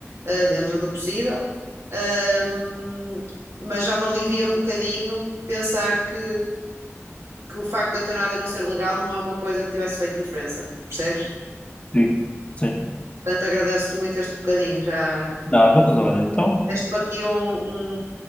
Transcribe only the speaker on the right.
eh, dentro do possível. Ahm, mas já me alivia um bocadinho pensar que que o facto de a eutanásia não ser legal não é uma coisa que tivesse feito diferença, percebes?
Portanto, agradeço-te muito este bocadinho, já
deste-me aqui um, um-